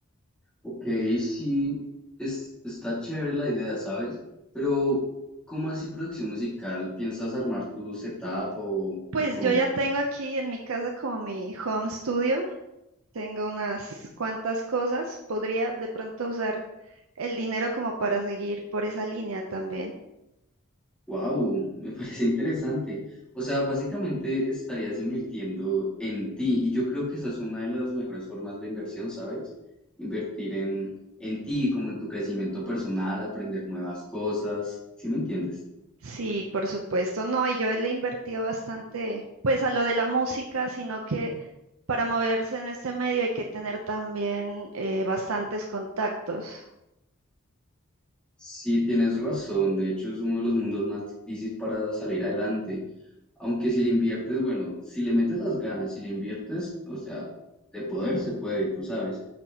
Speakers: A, in the centre; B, on the right.
A: Ok, sí, es, está chévere la idea, ¿sabes? Pero, ¿cómo así producción musical? ¿Piensas armar tu setup o,
B: Pues
A: o cómo?
B: yo ya tengo aquí en mi casa como mi home studio. Tengo unas cuantas cosas. Podría de pronto usar el dinero como para seguir por esa línea también.
A: Wow, me <laughs> parece interesante. O sea, básicamente estarías invirtiendo en ti y yo creo que esa es una de las mejores formas de inversión, ¿sabes? Invertir en, en ti, como en tu crecimiento personal, aprender nuevas cosas, ¿sí me entiendes?
B: Sí, por supuesto, no, y yo le he invertido bastante, pues a lo de la música, sino que Para moverse en este medio hay que tener también eh, bastantes contactos
A: Sí, tienes razón. De hecho, es uno de los mundos más difíciles para salir adelante. Aunque si le inviertes, bueno, si le metes las ganas, si le inviertes, o sea, de poder se puede, tú sabes.